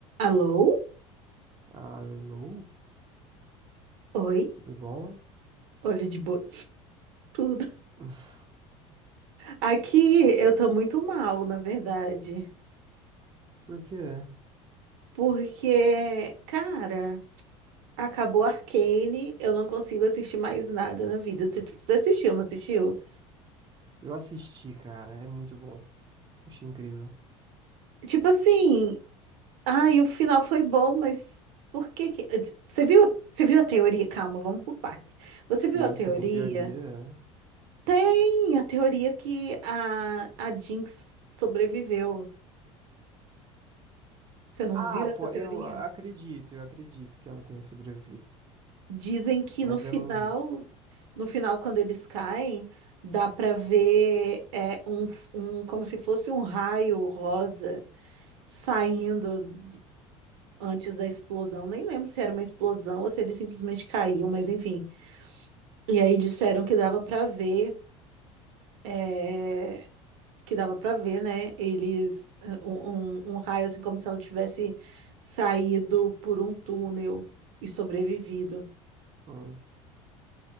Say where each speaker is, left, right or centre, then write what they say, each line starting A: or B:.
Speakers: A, on the right (about 70°); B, on the right (about 25°).
A: Alô?
B: Alô,
A: Oi?
B: tudo bom?
A: Olho de boi. <laughs> Tudo.
B: <laughs>
A: Aqui eu tô muito mal, na verdade.
B: Por quê?
A: Porque, cara, acabou Arcane, eu não consigo assistir mais nada na vida. Você você assistiu, não assistiu?
B: Eu assisti, cara, é muito bom. Achei incrível.
A: Tipo assim, ai, o final foi bom, mas por que que... Você viu, você viu a teoria? Calma, vamos por partes. Você viu
B: Eita,
A: a teoria?
B: tem teoria.
A: Tem a teoria que a, a Jinx sobreviveu. Você não
B: Ah,
A: viu
B: pô,
A: essa teoria?
B: eu acredito, eu acredito que ela tenha sobrevivido.
A: Dizem que
B: Mas
A: no final,
B: eu não vi.
A: no final, quando eles caem, dá para ver é, um, f- um, como se fosse um raio rosa saindo d- antes da explosão. Nem lembro se era uma explosão ou se eles simplesmente caíam, mas enfim. E aí disseram que dava para ver, é, que dava para ver, né? Eles é, um, um um raio assim como se ela tivesse saído por um túnel e sobrevivido.
B: Hum,